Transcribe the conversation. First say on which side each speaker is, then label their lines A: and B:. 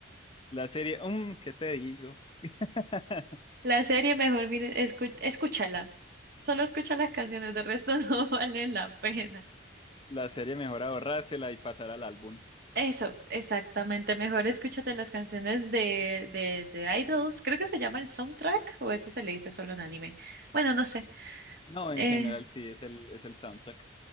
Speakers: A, on the left; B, on the right.
A: La serie, um, ¿qué te digo? <laughs>
B: La serie mejor mire, escu- escúchala, solo escucha las canciones, de resto <laughs> no valen la pena.
A: La serie mejor ahorrársela y pasar al álbum.
B: Eso, exactamente, mejor escúchate las canciones de, de, de Idols, creo que se llama el soundtrack o eso se le dice solo en anime. Bueno, no sé.
A: No, en
B: eh,
A: general sí, es el, es el soundtrack.